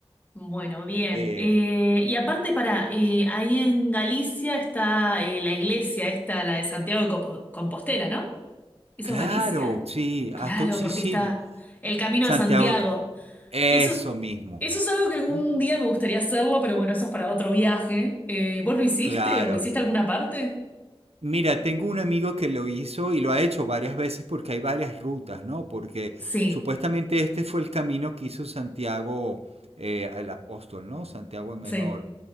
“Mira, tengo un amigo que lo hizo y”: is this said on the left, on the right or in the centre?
Right